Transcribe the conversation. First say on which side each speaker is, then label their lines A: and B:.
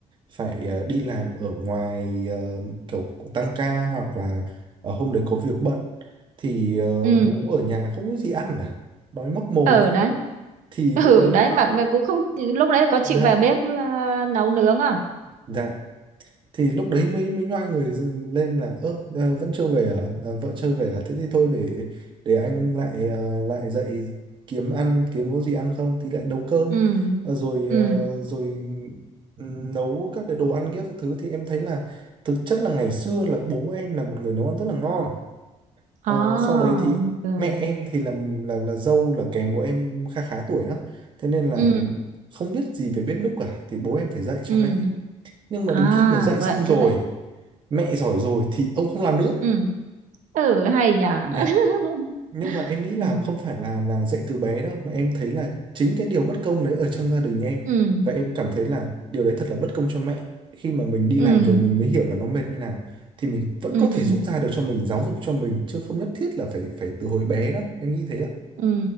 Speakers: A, on the right (about 40°); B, on the right (about 75°).
A: phải ờ, đi làm ở ngoài ờ, kiểu tăng ca hoặc là ờ, hôm đấy có việc bận thì ờ,
B: ừ
A: bố ở nhà không có gì ăn à, đói móc mồm
B: ừ
A: đấy
B: đấy
A: thì
B: ừ
A: lúc đấy
B: đấy
A: ờ,
B: mà mà cũng không lúc đấy là có chịu
A: dạ,
B: vào bếp ờ, nấu nướng à
A: dạ thì lúc đấy mới mới nhoai người lên là ơ ờ, vẫn chưa về à? à vợ chưa về à thế thì thôi để để anh lại ờ, lại dậy kiếm ăn kiếm có gì ăn không thì lại nấu cơm
B: ừ
A: Ờ, rồi
B: ừ
A: ờ, rồi ừm, nấu các cái đồ ăn kia các thứ thì em thấy là thực chất là ngày xưa là bố em là một người nấu ăn rất là ngon Ờ,
B: à
A: sau đấy
B: ừ
A: thì mẹ em thì là là là dâu là kém bố em khá khá tuổi á thế nên là
B: ừ
A: không biết gì về bếp núc cả thì bố em phải dạy cho
B: ừ
A: mẹ nhưng mà
B: à
A: đến khi mà dạy
B: vậy
A: xong rồi
B: cơ đấy
A: mẹ giỏi rồi thì ông không làm nữa
B: ừ ừ hay nhỉ
A: Đấy.
B: <laughs>
A: nhưng mà em nghĩ là
B: ừ
A: không phải là là dạy từ bé đâu mà em thấy là chính cái điều bất công đấy ở trong gia đình em
B: ừ
A: và em cảm thấy là điều đấy thật là bất công cho mẹ khi mà mình đi
B: ừ
A: làm rồi mình mới hiểu là nó mệt như nào thì mình vẫn
B: ừ
A: có thể
B: ừ
A: rút ra được cho mình giáo dục cho mình chứ không nhất thiết là phải phải từ hồi bé đâu em nghĩ thế ạ
B: Ừ,